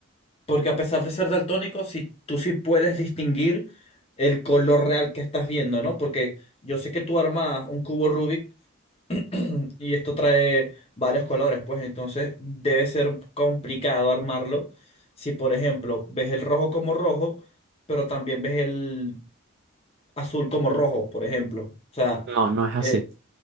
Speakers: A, on the left; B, on the right.
A: Porque a pesar de ser daltónico, si tú sí puedes distinguir el color real que estás viendo, ¿no? Porque yo sé que tú armas un cubo Rubik <clears throat> y esto trae varios colores, pues entonces debe ser complicado armarlo. Si, por ejemplo, ves el rojo como rojo, pero también ves el azul como rojo, por ejemplo. O sea,
B: No, no es así.
A: eh,